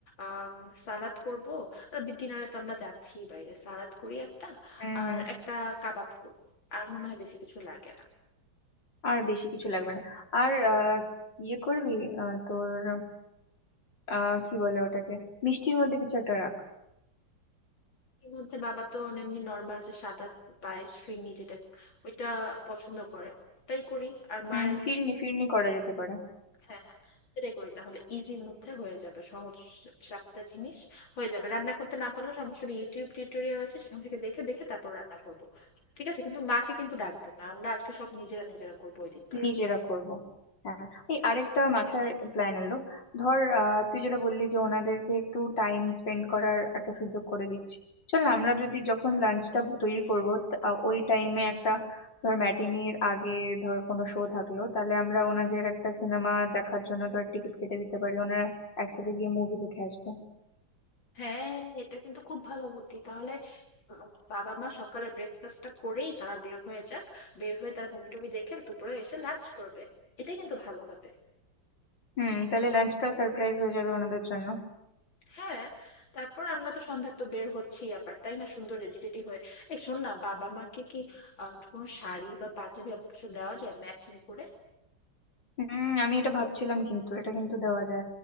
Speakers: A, on the left; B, on the left.
A: আম, সালাদ করব ডিনারে তো আমরা যাচ্ছি বাইরে সালাদ করি একটা
B: হুম
A: আর
B: হুম
A: একটা কাবাব করব আর মনে হয় বেশি কিছু লাগে না
B: আর বেশি কিছু লাগবে না আর আহ, ইয়ে করবি আহ, তোর আহ, কি বলে ওটাকে মিষ্টির মধ্যে কিছু একটা রাখ
A: এর মধ্যে বাবা তো এমনি নর্মাল যে সাদা পায়েস ফিরনি যেটা ওইটা পছন্দ করে ওটাই করি আর
B: হুম
A: মায়ের
B: ফিরনি ফিরনি করা যেতে পারে
A: হ্যাঁ হ্যাঁ সেটাই করি তাহলে ইজির মধ্যে হয়ে যাবে সহজ সাপটা জিনিস হয়ে যাবে রান্না করতে না পারলেও সমস্যা নেই ইউটিউব টিউটোরিয়াল আছে সেখান থেকে দেখে দেখে তারপর রান্না করবো ঠিক আছে কিন্তু মাকে কিন্তু ডাকবো না আমরা আজকে সব নিজেরা নিজেরা করবো ওই দিনকার
B: নিজেরা করব হ্যাঁ এই আরেকটা মাথায় প্ল্যান এলো ধর আহ, তুই যেটা বললি যে ওনাদেরকে একটু টাইম স্পেন্ড করার একটা সুযোগ করে দিচ্ছি চল না, আমরা যদি যখন লাঞ্চটা তৈরি করব ওই টাইমে একটা ধর ম্যাটিনির আগে ধর কোনো শো থাকলো তাহলে আমরা ওনাদের একটা সিনেমা দেখার জন্য ধর টিকিট কেটে দিতে পারি ওনারা একসাথে গিয়ে মুভি দেখে আসবে
A: হ্যাঁ এটা কিন্তু খুব ভালো বুদ্ধি তাহলে উম, বাবা মা সকালে ব্রেকফাস্টটা করেই তারা বের হয়ে যাক বের হয়ে তারা মুভি টুভি দেখে দুপুরে এসে লাঞ্চ করবে এটাই কিন্তু ভালো হবে
B: হুম তাহলে লাঞ্চটাও সারপ্রাইজ হয়ে যাবে ওনাদের জন্য
A: হ্যাঁ তারপর আমরা তো সন্ধ্যায় তো বের হচ্ছি আবার তাই না সুন্দর রেডি টেডি হয়ে এই শোন না বাবা মাকে কি আহ, কোনো শাড়ি বা পাঞ্জাবি এমন কিছু দেওয়া যায় ম্যাচিং করে
B: হুম আমি এটা ভাবছিলাম কিন্তু এটা কিন্তু দেওয়া যায়